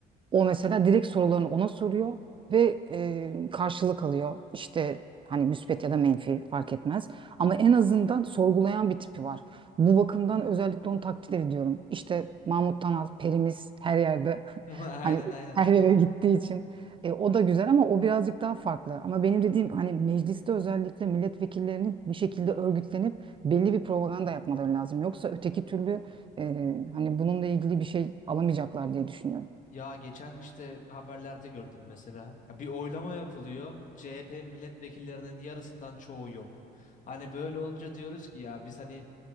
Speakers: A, on the right; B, on the left.
A: O mesela direkt sorularını ona soruyor ve e, karşılık alıyor. İşte hani müspet ya da menfi fark etmez. Ama en azından sorgulayan bir tipi var. Bu bakımdan özellikle onu takdir ediyorum. İşte Mahmut Tanal, perimiz her yerde
B: <laughs> Aynen
A: <laughs> hani
B: aynen.
A: her yere gittiği için. E, o da güzel ama o birazcık daha farklı. Ama benim dediğim hani mecliste özellikle milletvekillerinin bir şekilde örgütlenip belli bir propaganda yapmaları lazım. Yoksa öteki türlü e, hani bununla ilgili bir şey alamayacaklar diye düşünüyorum.
B: Ya geçen işte haberlerde gördüm mesela. Ya bir oylama yapılıyor. CHP milletvekillerinin yarısından çoğu yok. Hani böyle olunca diyoruz ki ya biz hani